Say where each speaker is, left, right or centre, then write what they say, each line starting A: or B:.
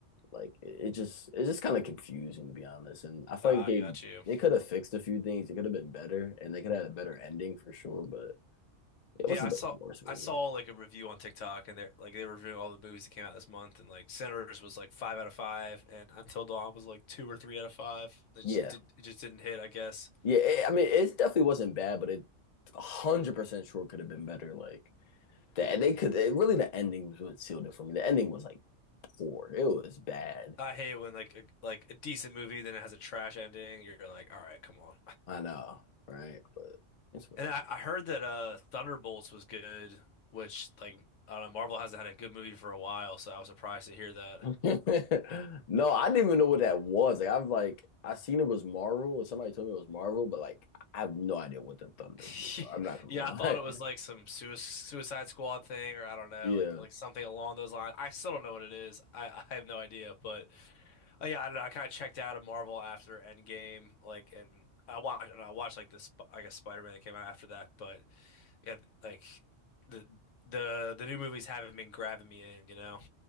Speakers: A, on the left; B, on the left.
A: like it, it just it's just kind of confusing to be honest. And I feel
B: Ah,
A: like they
B: I got you.
A: they could have fixed a few things. It could have been better, and they could have had a better ending for sure. But it
B: Yeah,
A: wasn't
B: I
A: the
B: saw
A: worst movie.
B: I saw like a review on TikTok, and they're like they were reviewing all the movies that came out this month, and like Sinners was like five out of five, and Until Dawn was like two or three out of five. It just
A: Yeah,
B: did, it just didn't hit, I guess.
A: yeah. It, I mean, it definitely wasn't bad, but it a hundred percent sure could have been better. Like that, they could. It, really, the ending was what sealed it for me. The ending was like poor. It was bad.
B: I hate when like a, like a decent movie then it has a trash ending. You're like, all right, come on.
A: I know, right? But it's whatever.
B: And I, I heard that uh Thunderbolts was good, which like I don't know, Marvel hasn't had a good movie for a while, so I was surprised to hear that.
A: <laughs> No, I didn't even know what that was. Like I've like I seen it was Marvel, and somebody told me it was Marvel, but like I have no idea what the Thunderbolts
B: <laughs>
A: are. I'm not gonna
B: Yeah,
A: lie.
B: I thought it was like
A: <laughs>
B: some sui Suicide Squad thing, or I don't know,
A: Yeah.
B: like like something along those lines. I still don't know what it is. I, I have no idea, but oh yeah, I don't know. I kind of checked out of Marvel after Endgame, like, and I watched and I watched like this, I guess Spider-Man that came out after that, but. Yeah, like the the the new movies haven't been grabbing me in, you know.